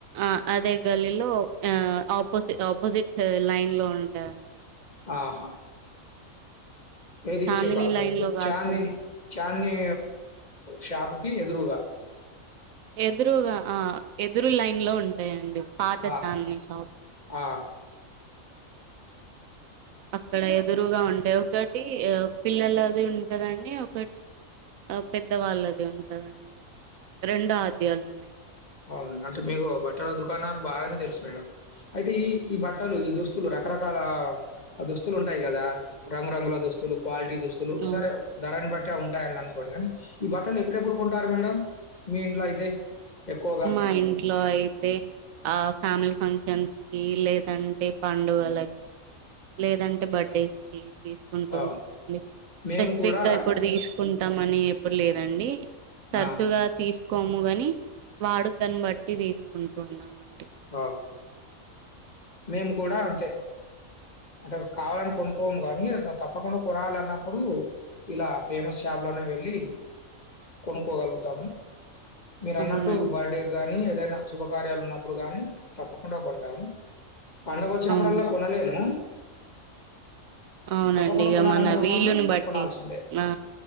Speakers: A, on the right (about 80°); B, on the left (about 35°).
A: ఆ అదే గల్లీ లో ఆ ఆపోజి ఆపోజిట్ లైన్ లో ఉంటాాదండి
B: ఆహా ఏది
A: చాందిని
B: ఇచ్చ కా
A: లైన్
B: అది
A: లో కాకు
B: చాందిని చాందిని షాప్ కి ఎదురుగా
A: ఎదురుగా ఆ ఎదురు లైన్ లో ఉంటాయండి పాత
B: ఆహా
A: చాందిని షాప్
B: ఆ
A: అక్కడ ఎదురుగా ఉంటాయి ఒకటి పిల్లలది ఉంటదండి ఒకటి ఆ పెద్దవాళ్ళది ఉంటదండి రెండు ఆద్యాలు ఉన్నాయి
B: అవును అంటే మీకు బట్టల దుకాణాలు బాగానే తెలుసు మేడం అయితే ఈ బట్టలు ఈ దుస్తు స్తులు రకరకాల దుస్తులు ఉంటాయి కదా రంగురంగుల దుస్తులు క్వాలిటీ స్తులు
A: ఆ,
B: సర్ ధరలు బట్టి ఉంటాయని అనుకోని కానీ ఈ బట్టలు ఎప్పుడపుడూ కొ <unintelligible> మేడం మీ ఇంట్లో అయితే ఎక్కువగా?
A: మా ఇంటి లో అయితే ఆ ఫ్యామిలీ ఫంక్షన్స్ కి లేదంటే పండుగలకి లేదంటే బర్త్డేస్ కి తీసుకుంటుంటాంండి
B: అవును. మేము
A: స్పెసిఫిక్
B: కూడా
A: గా ఇప్పుడు తీసుకుంటాంమని ఎప్పుడు లేదండి తరచుగా
B: ఆ!
A: తీసు కోముగాని వాడు కనబట్డి తీసుకుంటున్నామండి
B: ఆ మేము కూడా అంతే అద కావాల అని కొనుకోం కానీ తప్ప తప్పకుండా కొనాలి అన్నప్పుడు ఇలా ఫేమస్ షాప్ లోనే వెళ్ళి కొనుక్కోగలుగుత మీరు అన్నట్టు
A: అవునండి
B: బర్త్డే కానీ ఏదైనా శుభకార్యాలు ఉన్నప్పుడు గాని తప్పకుండా కొంటాము పండుగ వచ్చినప్పుడల్లా
A: అవును
B: కొనలేము
A: అవునండి
B: తప్పకుండా
A: ఇక
B: కొనాలన్నప్పుడు
A: మన వీలుని
B: మాత్రం
A: బట్టి
B: కొనాల్సిందే.
A: ఆ